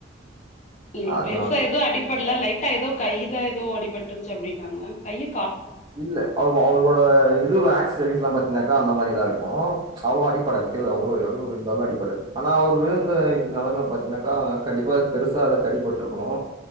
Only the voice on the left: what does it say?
ம்
பெருசா எதுவு அடிப்பட்ல லைட்டா ஏதோ கையுதா ஏதோ அடிபட்டுருச்சி அப்டின்னாங்க கைய